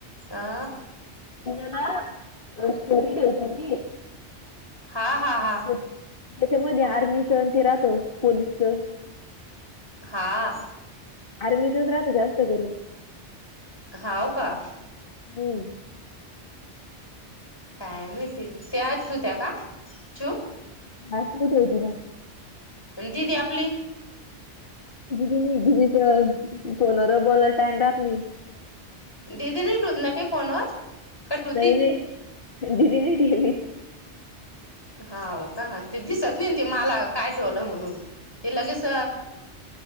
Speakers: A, on the left; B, on the left.
A: अ
B: तिन ना, स्टोरी ठेवतील ती.
A: हा, हा, हा.
B: त्याच्यामध्ये आर्मीच अन् ते राहत पोलीसच
A: हा.
B: आर्मीचच राहत जास्त करून.
A: हाव का?
B: हू.
A: काय माहिती त्या आत होत्या त्या का? चूप,
B: आत <inaudible> मध्ये होती ना
A: दीदी आपली.
B: दीदी नाही. <inaudible> दिदीच फोनवरच बोलाय टाइम राहत नाही.
A: दिदीन हे <inaudible> कोरल्या काय फोनवर. का ठुती
B: नाही नाही दीदी नाहीते मीच.
A: हाव का ते दिसत नाही न ते मला काय ठेवलं म्हणून. तिला कस